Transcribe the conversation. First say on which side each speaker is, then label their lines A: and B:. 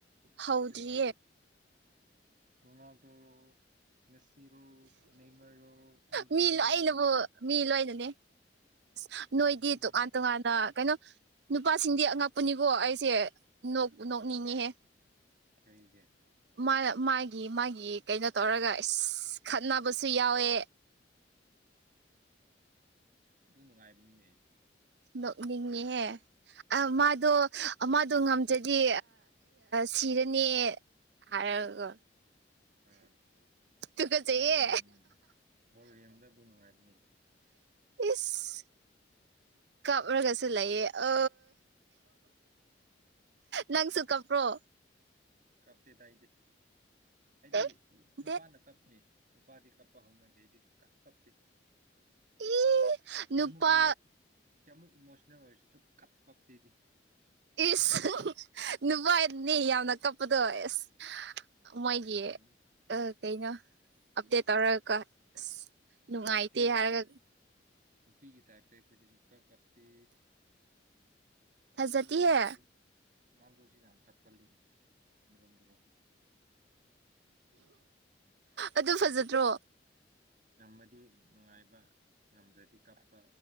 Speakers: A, on the right; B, on the right.
A: ꯍꯧꯗ꯭ꯔꯤꯌꯦ
B: ꯀꯔꯤ ꯀ ꯔꯣꯅꯥꯜꯗꯣ ꯃꯦꯁꯤꯔꯣ ꯅꯦꯃꯔ ꯔꯣ ꯑꯦꯕꯥꯄꯦꯔꯣ
A: ꯃꯤ ꯂꯣꯏꯅꯕꯨ ꯃꯤ ꯂꯣꯏꯅꯅꯦ ꯑꯁ ꯅꯣꯏꯗꯤ
B: ꯃꯤ ꯂꯣꯏꯅꯅꯦ
A: ꯇꯣꯉꯥꯟ ꯇꯣꯉꯥꯟ ꯀꯩꯅꯣ ꯅꯨꯄꯥꯁꯤꯡꯗꯤ ꯑꯉꯛꯄꯅꯤꯀꯣ ꯑꯩꯁꯦ ꯅꯣꯛꯄꯨ ꯅꯣꯛꯅꯤꯡꯉꯤꯍꯦ
B: ꯀꯩꯒꯦ
A: ꯃꯥꯅ ꯃꯥꯒꯤ ꯃꯥꯒꯤ ꯀꯩꯅꯣ ꯇꯧꯔꯒ ꯈꯠꯅꯕꯁꯨ ꯌꯥꯎꯋꯦ
B: ꯑꯗꯨ ꯅꯨꯡꯉꯥꯏꯕꯅꯤꯅꯦ
A: ꯅꯣꯛꯅꯤꯡꯉꯍꯦ ꯑ ꯃꯥꯗꯣ ꯃꯥꯗꯣ ꯉꯝꯗꯔꯥꯗꯤ ꯁꯤꯔꯅꯦ ꯍꯥꯏꯔꯒ
B: ꯑꯥ
A: ꯇꯨꯀ ꯆꯩꯌꯦ
B: ꯑꯗꯨ ꯅꯨꯡꯉꯥꯏꯕꯅꯤꯅꯦ ꯕꯣꯜ ꯌꯦꯡꯕꯗ ꯑꯗꯨ ꯅꯨꯡꯉꯥꯏꯕꯅꯤ
A: ꯏꯁ ꯀꯥꯞꯔꯒꯁꯨ ꯂꯩꯌꯦ ꯑ ꯅꯪꯁꯨ ꯀꯥꯞꯄ꯭ꯔꯣ
B: ꯀꯞꯇꯦꯗꯥ ꯑꯩꯗꯤ ꯑꯩꯗꯤ
A: ꯑꯦ
B: ꯅꯨꯄꯥꯅ
A: ꯗꯦ
B: ꯀꯞꯇꯦ ꯅꯨꯄꯥꯗꯤ ꯀꯞꯄ ꯍꯧꯅꯗꯦ ꯑꯩꯗꯤ ꯁꯨꯀꯞ ꯀꯞꯇꯦ
A: ꯏ ꯅꯨꯄꯥ
B: ꯀꯌꯥꯃꯨꯛ ꯀꯌꯥꯃꯨꯛ ꯏꯃꯣꯁꯅꯦꯜ ꯑꯣꯏꯔꯁꯨ ꯁꯨ ꯀꯞ ꯀꯞꯇꯦꯗꯤ
A: ꯏꯁ ꯅꯨꯄꯥ ꯑꯣꯏꯔꯗꯨꯅꯦ ꯌꯥꯝꯅ ꯀꯞꯄꯗꯣ ꯑꯦꯁ
B: ꯀꯞꯇꯦ
A: ꯃꯣꯏꯒꯤ
B: ꯀꯩꯗꯧꯅꯤ
A: ꯀꯩꯅꯣ ꯑꯞꯗꯦꯠ ꯇꯧꯔꯒ ꯑꯁ
B: ꯎꯝ
A: ꯅꯨꯡꯉꯥꯏꯇꯦ
B: ꯅꯨꯄꯤꯒꯤ
A: ꯍꯥꯏꯔꯒ
B: ꯇꯥꯏꯞꯇ ꯅꯨꯄꯤꯒꯤ ꯇꯥꯏꯞꯇ ꯑꯩꯈꯣꯏꯗꯤꯁꯨ ꯀꯞ ꯀꯞꯇꯤ
A: ꯐꯖꯗꯦꯍꯦ
B: ꯔꯣꯅꯥꯜ ꯅꯥꯜꯂꯨꯡꯗꯣꯁꯤ ꯌꯥꯝ ꯀꯞꯄꯜꯂꯤꯅꯤ ꯑꯃꯔꯣꯝꯗꯀꯣ
A: ꯑꯗꯨ ꯐꯖꯗ꯭ꯔꯣ
B: ꯅꯝꯕꯗꯤꯗꯤ <unintelligible> ꯗ ꯅꯨꯡꯉꯥꯏꯕ ꯉꯝꯗ꯭ꯔꯗꯤ ꯀꯞꯄ